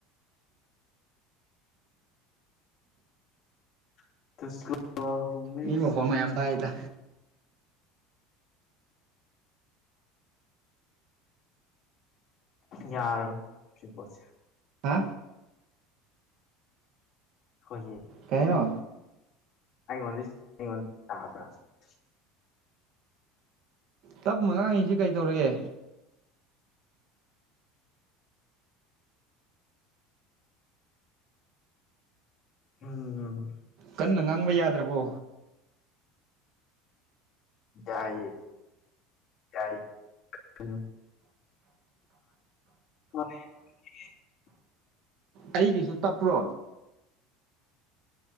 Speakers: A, on the left (about 35°); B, on the right (about 45°).
A: <unintelligible>
B: ꯃꯤ ꯃꯈꯣꯟ ꯃꯌꯥꯝ ꯇꯥꯏꯗ
A: ꯌꯥꯔꯣ ꯁꯤ ꯀꯣꯁꯦ
B: ꯍꯥ
A: ꯍꯣꯏꯌꯦ
B: ꯀꯩꯅꯣ
A: <unintelligible> <inaudible>
B: ꯇꯞ ꯃꯉꯥꯡꯉꯩꯁꯤ ꯀꯩ ꯇꯧꯔꯒꯦ
A: ꯎꯝ
B: ꯀꯟꯅ ꯉꯥꯡꯕ ꯌꯥꯗ꯭ꯔꯕꯣ
A: ꯌꯥꯏꯌꯦ ꯌꯥꯏ <unintelligible> <unintelligible> <inaudible>
B: ꯑꯩꯒꯤꯁꯨ ꯇꯞꯄ꯭ꯔꯣ